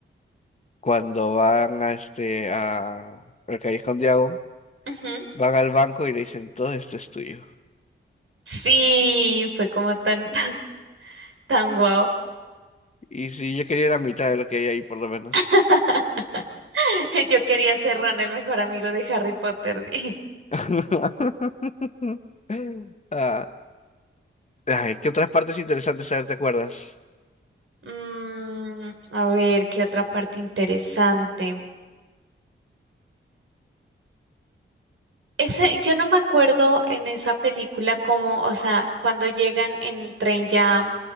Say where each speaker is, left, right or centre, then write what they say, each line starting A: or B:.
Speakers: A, on the left; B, on the right.
A: cuando van a este a al Callejón de Agua,
B: ujú.
A: van al banco y le dicen todo esto es tuyo.
B: Sí, fue como tan, <laughs> tan guau.
A: Y si yo quería la mitad de lo que hay ahí, por lo menos.
B: <laughs> Yo quería ser Ron, el mejor amigo de Harry Potter. <laughs> di.
A: <laughs> Ah, ay, ¿qué otras partes interesantes a te acuerdas?
B: Mm, a ver, qué otra parte interesante. Ese, yo no me acuerdo en esa película cómo, o sea, cuando llegan en el tren ya